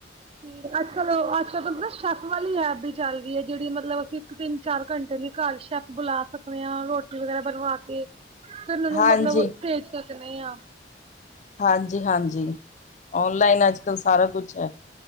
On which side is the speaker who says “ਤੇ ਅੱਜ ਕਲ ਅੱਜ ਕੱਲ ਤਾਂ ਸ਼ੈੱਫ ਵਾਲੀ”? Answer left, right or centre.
Right